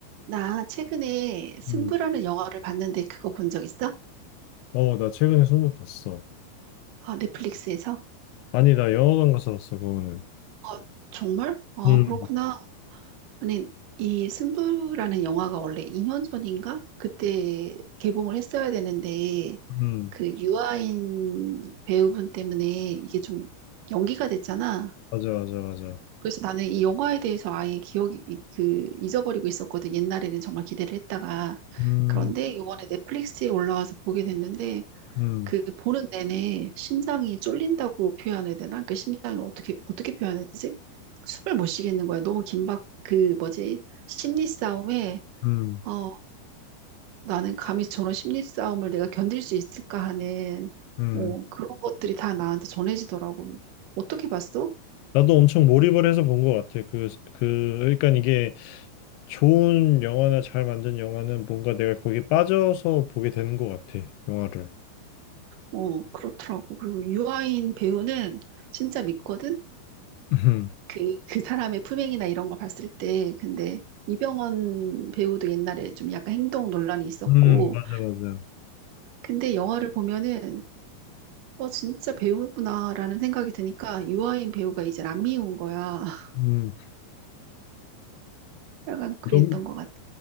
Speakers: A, on the right (about 75°); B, on the left (about 80°).
A: 나 최근에 승부라는
B: 음.
A: 영화를 봤는데 그거 본 적 있어?
B: 어, 나 최근에 승부 봤어.
A: 아, 넷플릭스에서?
B: 아니, 나 영화관 가서 봤어, 그거는.
A: 아, 정말? 아,
B: 음,
A: 그렇구나. 아니, 이 승부라는 영화가 원래 2년 전인가? 그때 개봉을 했어야 되는데
B: 음,
A: 그 유아인 배우분 때문에 이게 좀 연기가 됐잖아.
B: 맞아, 맞아, 맞아.
A: 그래서 나는 이 영화에 대해서 아예 기억이 그 잊어버리고 있었거든. 옛날에는 정말 기대를 했다가
B: 음,
A: 그런데 이번에 넷플릭스에 올라와서 보게 됐는데
B: 음,
A: 그 보는 내내 심장이 쫄린다고 표현해야 되나? 그 심장을 어떻게 어떻게 표현해야 되지? 숨을 못 쉬겠는 거야. 너무 긴박 그 뭐지? 심리 싸움에
B: 음,
A: 어 나는 감히 저런 심리 싸움을 내가 견딜 수 있을까 하는
B: 음.
A: 뭐 그런 것들이 다 나한테 전해지더라고. 어떻게 봤어?
B: 나도 엄청 몰입을 해서 본 것 같아. 그, 그, 그러니까 이게 좋은 영화나 잘 만든 영화는 뭔가 내가 거기에 빠져서 보게 되는 것 같아, 영화를.
A: 어 그렇더라고. 그리고 유아인 배우는 진짜 믿거든.
B: <laughs> 음,
A: 그 그 사람의 품행이나 이런 거 봤을 때 근데 이병헌 배우도 옛날에 좀 약간 행동 논란이 있었고
B: 음, 맞아, 맞아.
A: 근데 영화를 보면은 어 진짜 배우구나라는 생각이 드니까 유아인 배우가 이제 안 미운 거야. <laughs>
B: 음,
A: 약간 그랬던
B: 너무,
A: 것 같아.